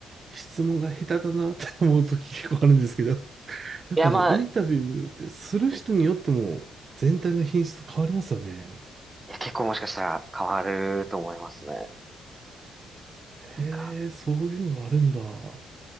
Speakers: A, on the right; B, on the right.
A: 質問が下手だなって思う時結構あるんですけど、<laughs> やっぱあのインタビューってする人によっても全体の品質変わりますよね。
B: いや、まあ、ええ、いや、結構もしかしたら変わると思いますね。なんか
A: へえ、そういうのがあるんだ。は